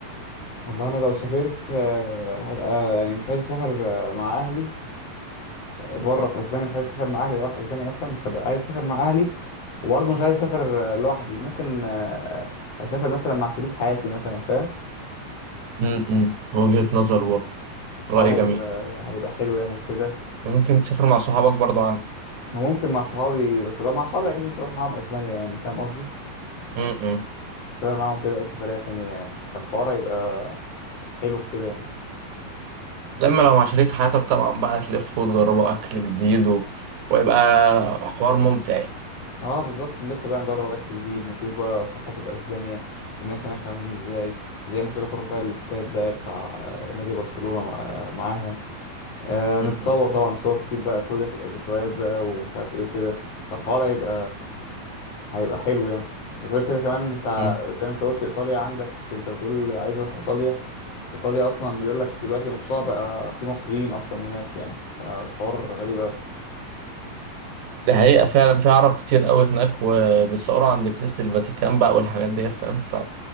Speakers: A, on the left; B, on the right.
A: والله أنا لو سافرت آه، هبقى يعني مش عايز أسافر آه، مع أهلي بره في اسبانيا مش عايز اسافر مع اهلي لو رايح اسبانيا مثلا مش هبقى عايز اسافر مع اهلي وبرضه مش عايز اسافر آه، لوحدي ممكن آه، اسافر مثلا مع شريك حياتي مثلا فاهم
B: امم وجهة نظر برضه
A: الحوار
B: رأي جميل
A: هيبقى هيبقى حلو يعني وكده
B: ممكن تسافر مع صحابك برضه عادي
A: وممكن مع صحابي بس لو مع صحابي اكيد مش هروح معاهم اسبانيا يعني فاهم قصدي
B: امم
A: اسافر معاهم كده اي سفرية تانية يعني فالحوار هيبقى حلو في كده يعني
B: لما لو مع شريك حياتك طبعا بقى تلفوا وتجربوا أكل جديد و... ويبقى حوار ممتع يعني
A: اه بالظبط نلف بقى نجرب اكل جديد نشوف بقى ثقافة اسبانيا الناس هناك عاملين ازاي زي ما قلت لك اروح بقى الاستاد بقى بتاع آه، نادي برشلونة مع- معاها آه
B: م-
A: نتصور طبعا صور كتير بقى كل ده تبقى ذكريات بقى ومش عارف ايه وكده فالحوار هيبقى هيبقى حلو يعني وغير كده كمان انت ع-
B: م- م.
A: زي ما انت قلت ايطاليا عندك انت بتقول عايز اروح ايطاليا ايطاليا اصلا بيقول لك دلوقتي نصها بقى في مصريين اصلا هناك يعني فالحوار غريب قوي
B: ده حقيقة فعلا في عرب كتير قوي هناك وبيصوروا عند كنيسة الفاتيكان بقى والحاجات ديت فاهم ف